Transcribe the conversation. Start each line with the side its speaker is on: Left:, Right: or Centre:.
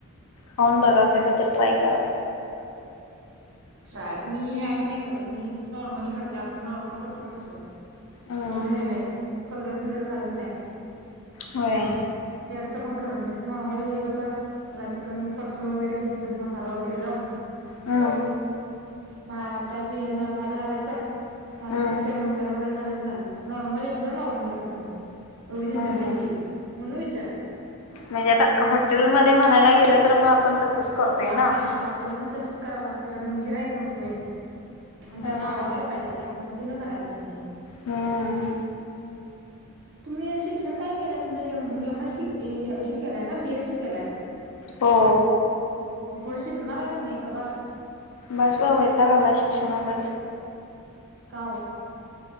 Left: खाऊन बघा कधी तर ट्राय करा
Right: ट्राय मी हे अशी नाही करत मी नॉर्मली करते आपण नॉर्मल करतो ना तसं
Left: हम्म
Right: एवढं हे नाही कलर ब्लर घालत नाही आम्ही
Left: होय
Right: लेअरच पण करत नाही नॉर्मली म्हणजे कस चिकन परतून वगैरे घ्यायचं मसाला वगैरे लावून
Left: हम्म
Right: ह भातच हे झा भात घालायचा झालं
Left: हम्म
Right: त्या मसाले वगरे <inaudible> झाल नॉर्मल एकदम नॉर्मली करते मी एवढी झनझट
Left: हम्म
Right: नाही केली म्हणून विचारलं
Left: म्हणजे आता हॉटेलमध्ये म्हणायला गेलं तर मग आपण तसच करतोय ना
Right: असं हा हॉटेल म तसंच कराव लागतय कारण गिरायक <inaudible> व्हय आणि
Left: हम्म
Right: त्यांना आवडाय पाहिजे त्या पद्धतीन कराय पाहिजे
Left: हम्म
Right: तुम्ही शिक्षण काय केलंय म्हण एम एस सी हे केलंय ना बीएस सी केलाय
Left: हो
Right: पुढ शिकवणार आहे का नाही का बस
Left: बस बाऊ येता गला शिक्षणाचा
Right: काऊ